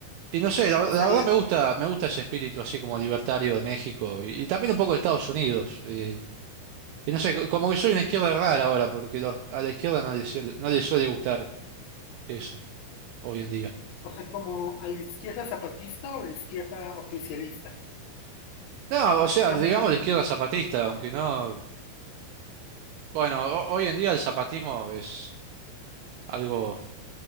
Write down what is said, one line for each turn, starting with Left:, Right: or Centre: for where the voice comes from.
Right: y no sé, la, la
Left: O sea,
Right: verdad
Left: la,
Right: me gusta, me gusta ese espíritu así como libertario de México y, y también un poco de Estados Unidos. eh, y no sé, co- como que soy una izquierda rara ahora, porque los- a la izquierda no le, sie- no le suele gustar eso hoy en día.
Left: O sea, como a la izquierda zapatista o a la izquierda oficialista.
Right: No, o sea,
Left: Ya
Right: digamos
Left: me entendí.
Right: la izquierda zapatista, aunque no. Bueno, ho- hoy en día el zapatismo es algo